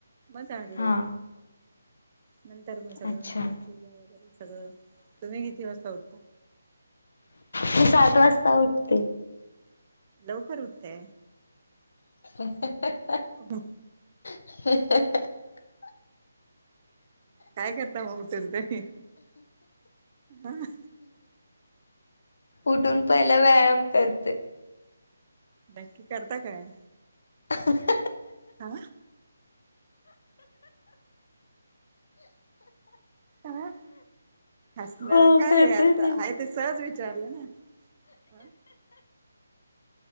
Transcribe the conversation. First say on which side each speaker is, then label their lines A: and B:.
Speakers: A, on the right; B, on the left.
A: मग झाडलोट
B: हा
A: नंतर मग सगळं
B: अच्छा
A: अ पूजा वगैरे सगळं तुम्ही किती वाजता उठता
B: मी सात वाजता उठते
A: लवकर उठते
B: <inaudible>
A: ब
B: ह
A: काय करता मग उठल त ह ह
B: उठून पहिला व्यायाम करते
A: नक्की करता काय
B: हह
A: हा आह हसणार
B: हो
A: काय
B: करते
A: आता
B: ना.
A: हे ते सहज विचारलं ना